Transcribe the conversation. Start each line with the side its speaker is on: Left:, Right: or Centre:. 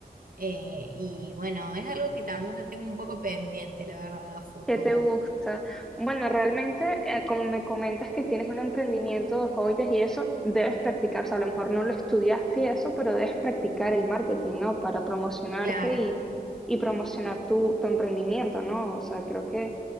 Right: eh, y bueno, es algo que también lo tengo un poco pendiente, la verdad, a futuro.
Centre: ¿Qué te gusta? Bueno, realmente, eh, como me comentas que tienes un emprendimiento de joyas y eso, debes practicar, o sea, a lo mejor no lo estudiaste y eso, pero debes practicar el marketing, ¿no? Para promocionarte
Right: Claro.
Centre: y, y promocionar tu, tu emprendimiento, ¿no? O sea, creo que